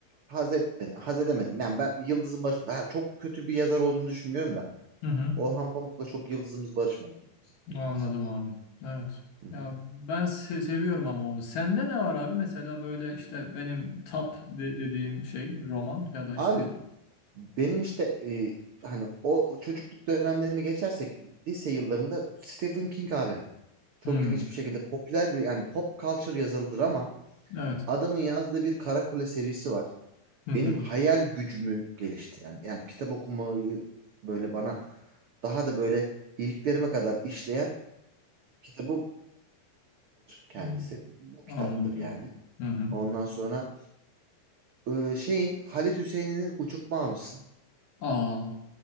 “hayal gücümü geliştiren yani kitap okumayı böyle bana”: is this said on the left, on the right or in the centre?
Right